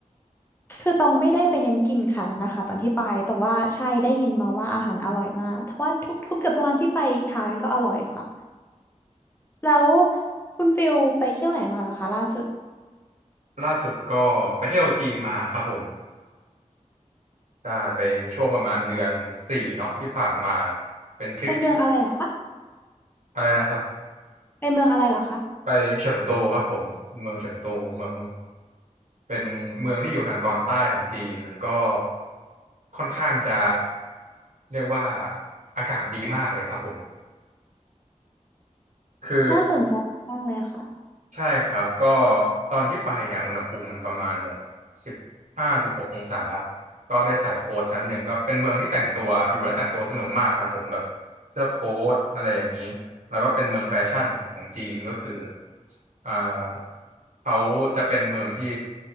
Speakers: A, on the left (about 15°); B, on the right (about 65°).
A: คือตองไม่ได้ไปเน้นกินค่ะนะคะตอนที่ไปแต่ว่าใช่ได้ยินมาว่าอาหารอร่อยมากเพราะว่าทุกทุกเกือบทุกวันที่ไปทานก็อร่อยค่ะแล้วคุณฟิลไปเที่ยวไหนมาเหรอคะล่าสุด
B: ล่าสุดก็ไปเที่ยวจีนมาครับผมใช่ไปช่วงประมาณเดือนสี่เนาะที่ผ่านมา เป็นทริปที่
A: ไปเมืองอะไรเหรอคะ
B: อะไรนะครับ
A: ไปเมืองอะไรเหรอคะ
B: ไปเฉิงตูครับผม เมืองเฉิงตูเมืองเป็นเมืองที่อยู่ทางตอนใต้ของจีนก็ค่อนข้างจะเรียกว่าอากาศดีมากเลยครับผมคือ
A: น่าสนใจมากๆเลยค่ะ
B: ใช่ครับก็ตอนที่ไปเนี่ยอุณหภูมิมันประมาณแบบสิบห้าสิบหกองศาก็ได้ใส่โค้ทชั้นหนึ่งก็เป็นเมืองที่แต่งตัวอยู่และแต่งตัวสนุกมากครับผมแบบเสื้อโค้ทอะไรอย่างนี้แล้วก็เป็นเมืองแฟชั่นของจีนก็คืออ่าเขาจะเป็นเมืองที่